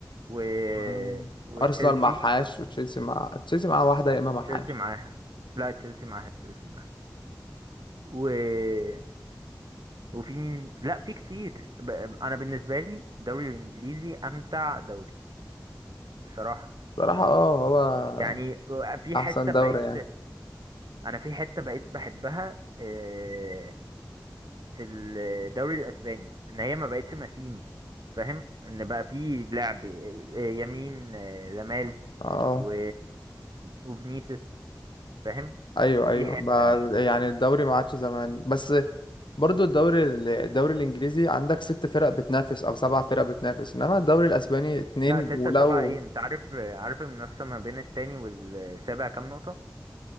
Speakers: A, on the right (about 60°); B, on the left (about 85°).
A: و
B: و-
A: وتشيلسي
B: أرسنال معهاش وتشيلسي مع تشيلسي معاه واحدة يا إما معهاش
A: تشيلسي معاها لا تشيلسي معاها تشيلسي معاها و... وفي مين لا في كتير ب... انا بالنسبه لي الدوري الانجليزي امتع دوري بصراحه
B: صراحة اه هو
A: يعني في
B: أحسن
A: حته
B: دوري
A: بقيت
B: يعني
A: انا في حته بقيت بحبها آه، في الدوري الاسباني ان هي ما بقتش ماشينز فاهم ان بقى في لعب يمين آه، لامال
B: اه
A: و... وفينيسيوس فاهم
B: أيوه أيوه
A: في حته
B: بقى يعني الدوري ما عادش زمان بس برضو الدوري ال- الدوري الإنجليزي عندك ست فرق بتنافس أو سبع فرق بتنافس إنما الدوري الأسباني اتنين
A: لا ستة
B: ولو
A: سبعة ايه انت عارف آه، عارف المنافسه ما بين التاني والسابع كام نقطه